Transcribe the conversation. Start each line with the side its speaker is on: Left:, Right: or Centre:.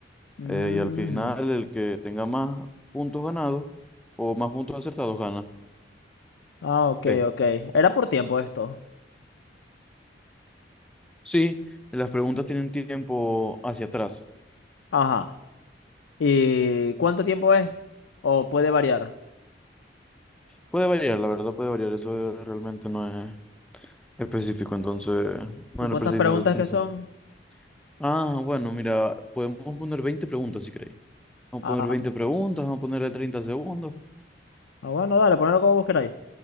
Left: Mhm.
Centre: Eh, y al final, el que tenga más puntos ganados o más puntos acertados gana.
Left: Ah, ok,
Centre: pues.
Left: ok. Era por tiempo esto.
Centre: Sí, las preguntas tienen tiempo hacia atrás.
Left: Ajá. ¿Y cuánto tiempo es? ¿O puede variar?
Centre: Puede variar, la verdad puede variar. Eso realmente no es específico, entonces no
Left: ¿Y cuántas
Centre: le presté
Left: preguntas
Centre: tanta atención.
Left: que son?
Centre: Ah, bueno, mira, podemos poner 20 preguntas si queréis. Vamos
Left: Ah,
Centre: a poner 20 preguntas, vamos a ponerle 30 segundos.
Left: ah, bueno, dale, ponelo como vos queráis.